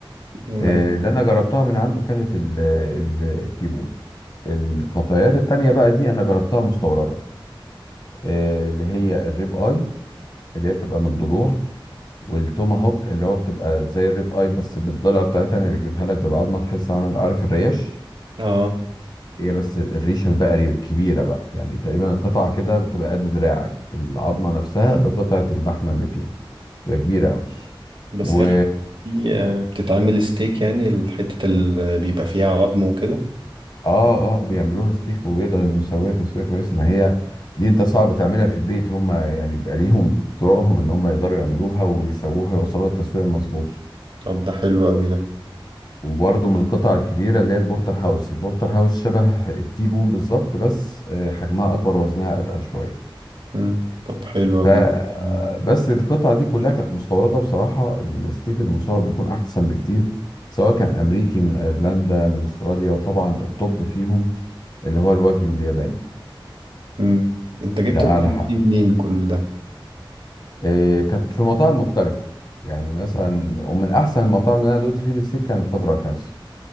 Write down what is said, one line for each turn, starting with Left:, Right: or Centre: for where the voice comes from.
Right: ما-
Left: آه، اللي انا جربتها من عنده كانت ال... ال- التيبون القطيات التانية بقى دي انا جربتها مستوردة آه، اللي هي الريب اي اللي هي بتبقى من الضلوع والتوماهوك اللي هو بتبقى زي الريب اي بس بالضلع بتاعتها اللي بيجيبها لك بالعظمه تحس عامل عارف الريش
Right: اه
Left: هي بس الريشه البقري الكبيره بقى يعني تقريبا القطعه كده بتبقى قد دراعك العظمه نفسها بقطعه اللحمه اللي فيها بتبقى كبيره قوي
Right: بس
Left: و
Right: هي الحتة دي آه، بتتعمل ستيك يعني الحتة اللي بيبقى فيها عظم وكده
Left: اه اه بيعملوها ستيك وبيقدر انه يسويها تسويه كويسه ما هي دي انت صعب تعملها في البيت هم يعني بيبقى ليهم طرقهم ان هم يقدروا يعملوها ويسووها يوصلوا للتسويه المظبوطه
Right: طب ده حلو أوي ده
Left: وبرضه من القطع الكبيرة اللي هي البورتر هاوس البورتر هاوس شبه التيبون بالظبط بس آه، حجمها أكبر ووزنها أتقل شوية
Right: مم. طب حلو أوي
Left: ف آه،
Right: مم.
Left: بس القطعة دي كلها كانت مستوردة بصراحة الستيك المستورد بيكون أحسن بكتير سواء كان أمريكي من أيرلندا من أستراليا وطبعا الطب فيهم اللي هو الواجيو الياباني
Right: مم. انت جبت
Left: ده
Right: المعلومات
Left: أعلى حق
Right: دي منين كل ده
Left: آه، كانت في مطاعم مختلفة يعني مثلا ومن أحسن المطاعم اللي أنا دوت فيه الستيك كان فادراكرز